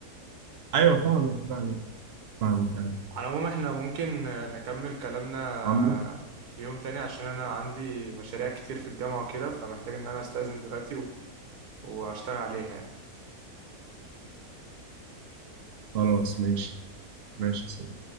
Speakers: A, on the right (about 50°); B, on the right (about 75°).
A: أيوه فاهمك فاهمك فاهمك أيوه
B: على العموم إحنا ممكن آه، نكمل كلامنا
A: عامة
B: في يوم تاني عشان أنا عندي مشاريع كتير في الجامعة وكده فمحتاج إن أنا أستأذن دلوقتي و... وأشتغل عليها يعني
A: خلاص ماشي ماشي يا سيدي.